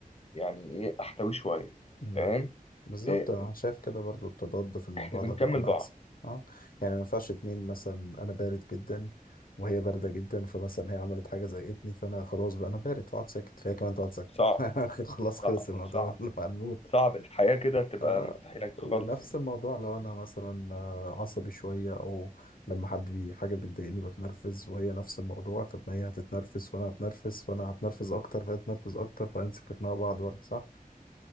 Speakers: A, on the left; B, on the left.
A: يعني ايه احتويه شويه
B: كلام
A: تمام
B: بالظبط
A: إيه،
B: انا شايف كده برضو التضاد في الموضوع
A: احنا بنكمل
B: ده بيكون
A: بعض
B: احسن اه يعني ما ينفعش اتنين مثلا انا بارد جدا وهي بارده جدا فمثلا هي عملت حاجه زهقتني فانا خلاص بقى انا بارد فاقعد ساكت فهي كمان تقعد ساكته
A: صعب
B: <laughs> خلاص
A: صعب
B: خلص الموضوع
A: صعب
B: <laughs> انا هنموت
A: صعب الحياه كده تبقى
B: آه
A: مستحيله خالص
B: ونفس
A: يعني
B: الموضوع لو انا مثلا آه، عصبي شويه او لما حد بي حاجه بتضايقني بتنرفز وهي نفس الموضوع طب ما هي هتتنرفز فانا هتنرفز فانا هتنرفز اكتر فهي هتنرفز اكتر فهنمسك في خناقه بعض برضه صح